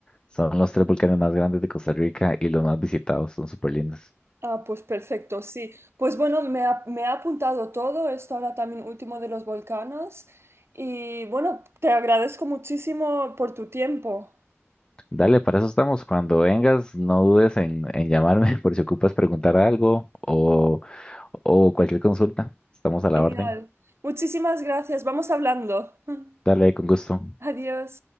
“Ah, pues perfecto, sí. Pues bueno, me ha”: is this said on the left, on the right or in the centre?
Right